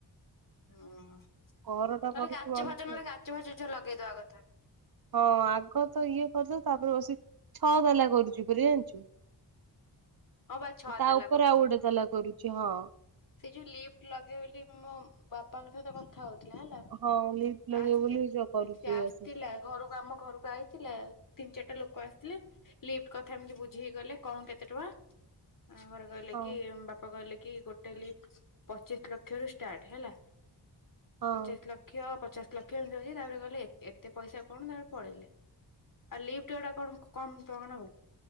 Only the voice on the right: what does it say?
ଘରଟା କରୁଛୁ
ମାନୁଛୁ।
ହଁ ଆଗତ ଇଏ କରିଦଉ ତାପରେ ବସି ଛଅତାଲା କରୁଛି <unintelligible> ଜାଣିଛୁ?
ତା
ଉପରେ
ଆଉ ଗୋଟେ ତାଲା କରୁଛି ହଁ।
ହଁ ଲିଫ୍ଟ ଲଗେଇବ
ବୋଲି
ସେ କରୁଛି
ବସି
ହଁ
ହଁ।